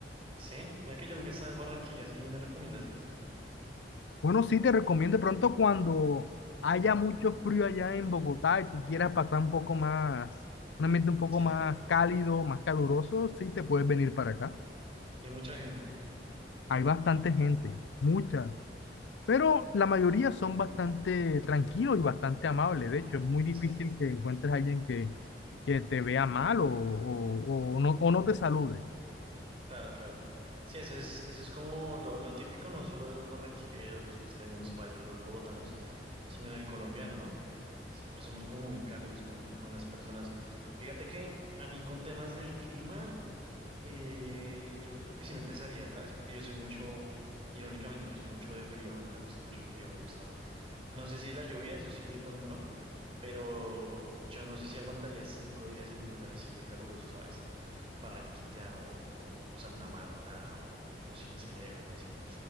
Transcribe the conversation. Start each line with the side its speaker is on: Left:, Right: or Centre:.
Right: Sí, mira que yo nunca he estado en Barranquilla, sí me recomiendas ir.
Left: Bueno, sí, te recomiendo de pronto cuando haya mucho frío allá en Bogotá y tú quieras pasar un poco más, un ambiente un poco
Right: Sí,
Left: más cálido, más caluroso, sí te puedes venir para acá.
Right: y mucha gente.
Left: Hay bastante gente, mucha. Pero la mayoría son bastante tranquilos y bastante amables. De hecho, es muy difícil
Right: Sí,
Left: que encuentres a alguien que, que te vea mal o, o, o no, o no te salude.
Right: claro, claro. Sí, eso es, eso es como lo, lo típico, no solo de los barranquilleros, los costeños, los paisas, los bogotanos, sino del colombiano, ¿no? Siempre somos como muy cálidos con, con las personas. Fíjate que a mí con temas del clima. Eh, yo creo que sí me empezaría, ¿sabes? Porque yo soy mucho, irónicamente, yo soy mucho de frío, me gusta mucho el frío, me gusta. No sé si la lluvia, eso sí, de pronto no, pero yo no sé si aguantaría cinco días en un lugar así de caluroso, ¿sabes? Barranquilla o, o Santa Marta o, o Sincelejo o así.